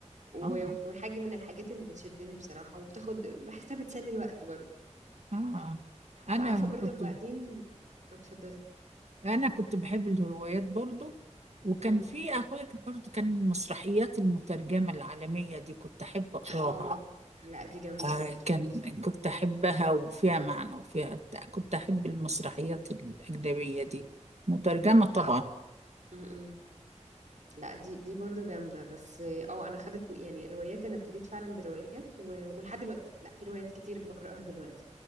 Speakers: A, on the right (about 90°); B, on the right (about 65°).
A: و-
B: اه
A: وحاجة من الحاجات اللي بتشدني بصراحة وبتاخد بحسها بتسلي الوقت برضه
B: اه آه. انا
A: وعارفة برضه
B: كنت
A: وبعدين اتفضلي
B: انا كنت بحب الروايات برضو وكان
A: امم
B: في اخويا برضو كان المسرحيات المترجمه العالميه دي كنت احب اقراها
A: اه لا دي جامدة
B: آه،
A: برضه
B: كان كنت احبها وفيها معنى وفيها بتاع. كنت احب المسرحيات الاجنبيه دي مترجمه آه. طبعا
A: اه لا دي دي برضو جامدة بس اه انا خدت يعني الروايات انا ابتديت فعلا بروايات و... ولحد دلوقتي لا في روايات كتير بقرأها دلوقتي